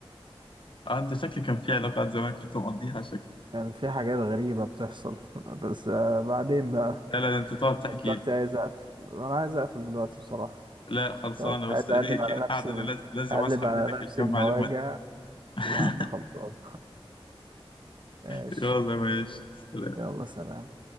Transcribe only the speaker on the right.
كان في حاجات غريبة بتحصل <laughs> بس آه، بعدين بقى
دلوقتي عايز اقفل انا عايز اقفل دلوقتي بصراحة
فمش عايز
اقلب
على نفسي
اقلب
على
نفسي
المواجع
يا عم خلصان <laughs> ماشي
يلا سلام